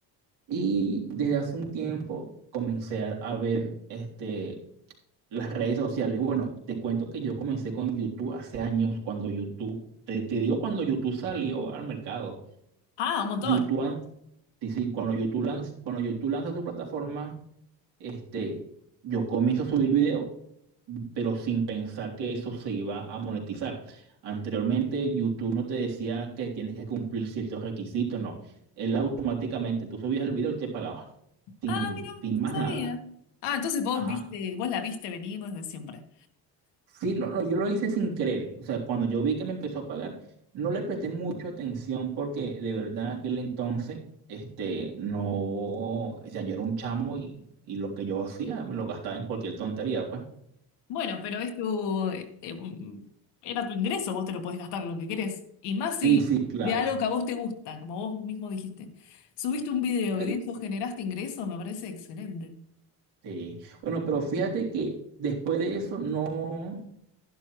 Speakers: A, on the right; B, on the left.
A: Y desde hace un tiempo comencé a ver este, las redes sociales. Bueno, te cuento que yo comencé con YouTube hace años, cuando YouTube, te, te digo cuando YouTube salió al mercado.
B: Ah, un montón.
A: YouTube, an- sí, sí, cuando YouTube lanz- cuando YouTube lanza tu plataforma este, yo comienzo a subir video, pero sin pensar que eso se iba a monetizar. Anteriormente, YouTube no te decía que tienes que cumplir ciertos requisitos, no. Él automáticamente, tú subías el video y te pagaba, sin,
B: Ah, mira,
A: sin más
B: no sabía.
A: nada.
B: Ah, entonces vos
A: Ajá.
B: viste, vos la viste venir desde siempre.
A: Sí, lo- no, yo lo hice sin querer. O sea, cuando yo vi que me empezó a pagar, no le presté mucha atención porque de verdad aquel entonces, este, no, o sea, yo era un chamo y, y lo que yo hacía me lo gastaba en cualquier tontería, pues.
B: Bueno, pero es tu, eh, mm, era tu ingreso, vos te lo podés gastar en lo que querés. Y más si
A: Sí, sí, claro.
B: de algo que a vos te gusta, como vos mismo dijiste. Subiste un video
A: Eh,
B: y de eso generaste ingreso, me parece excelente.
A: Sí. Bueno, pero fíjate que después de eso no,